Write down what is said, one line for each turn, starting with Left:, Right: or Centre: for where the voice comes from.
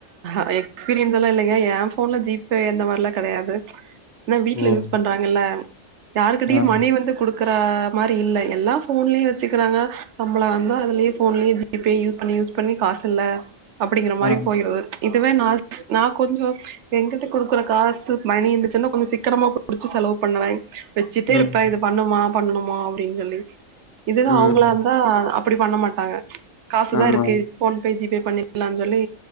Right: அ எக்ஸ்ப்பீரியன்ஸ் எல்லா இல்லைங்க ஏன் ஃபோன்ல ஜீபே அந்த மாரில்லா கெடையாது என்ன வீட்ல
Left: ஓ
Right: யூஸ் பண்றாங்கல்ல யாருகிட்டயு
Left: ஆ
Right: மணி வந்து குடுக் க்ற மாரி இல்ல எல்லா ஃபோன்லே வச்சுக்குறாங்க சம்பலோ வந்தா அதுலே ஃபோன்லே ஜீப் பே யூஸ் பண்ணி யூஸ் பண்ணி காசு இல்ல அப்டிங்ற மாரி
Left: ஆ
Right: போய்ருது இதுவே நா நா கொஞ்சோ எங்கிட்ட குடுக்குற காசு மணி இந்துச்சின்னா கொஞ்சோ சிக்கனமா புடிச்சி செலவு பண்ணுவே வச்சுட்டேருப்பே
Left: ம்
Right: இது பண்ணுமா பண்ணணுமா அப்டின் சொல்லி இதே இது
Left: ம்
Right: அவுங்களாந்தா அப்பிடி பண்ண மாட்டாங்க காசு தா
Left: ஆமா
Right: இருக்கு போன்பே ஜிபே பன்னிக்கிலானு சொல்லி